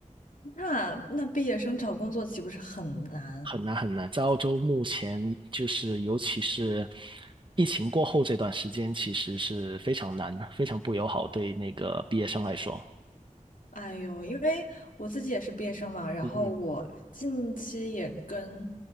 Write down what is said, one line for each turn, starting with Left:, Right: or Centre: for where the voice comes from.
Left: 那那毕业生找工作岂不是很难？
Right: 很难很难。在澳洲目前就是尤其是疫情过后这段时间，其实是非常难的，非常不友好对那个毕业生来说。
Left: 哎呦，因为我自己也是毕业生嘛，然后我近期也跟
Right: 嗯嗯